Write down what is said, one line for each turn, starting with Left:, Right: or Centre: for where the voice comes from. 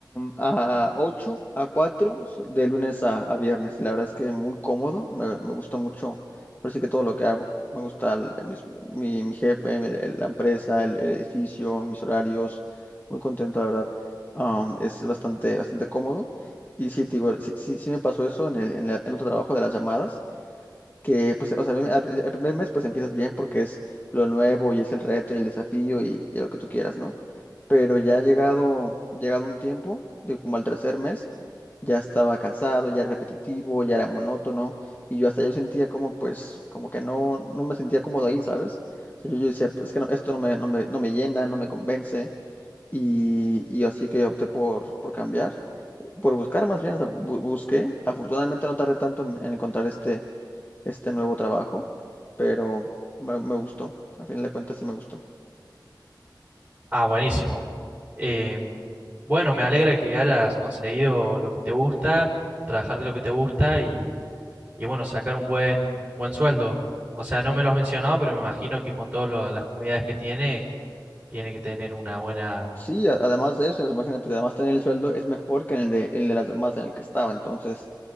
Left: a 8 a 4 so- de lunes a, a viernes. Y la verdad es que muy cómodo. Me, me gusta mucho. Ahora sí que todo lo que hago. Me gusta el- mis- mi, mi jefe, el- el- la empresa, el, el edificio, mis horarios. Muy contento, la verdad. Am, es bastante, bastante cómodo. Y sí, te digo, sí, sí, sí me pasó eso en el, en la- el otro trabajo de las llamadas. Que, pues, o sea, al el primer mes, pues empiezas bien porque es lo nuevo y es el reto y el desafío y y lo que tú quieras, ¿no? pero ya llegado, llegado un tiempo, de como al tercer mes, ya estaba cansado, ya era repetitivo, ya era monótono, y yo hasta yo sentía como, pues, como que no, no me sentía cómodo ahí, ¿sabes? O sea, yo, yo decía, "Pues, es que no, esto no me, no me, no me llena, no me convence, y, y así que opté por, por cambiar, eh, por buscar más bien, o sea, bu- busqué, afortunadamente no tardé tanto en, en encontrar este, este nuevo trabajo, pero me, me gustó, a fin de cuentas sí me gustó.
Right: Ah, buenísimo. Em, bueno, me alegra que hayas conseguido lo que te gusta, trabajar de lo que te gusta y, y bueno, sacar un buen, buen sueldo. O sea, no me lo has mencionado, pero me imagino que con todas lo- las comodidades que tiene Tiene que tener una buena...
Left: Sí, a- además de eso, imagínate, además tener el sueldo es mejor que en el de, el de las demás en el que estaba. Entonces,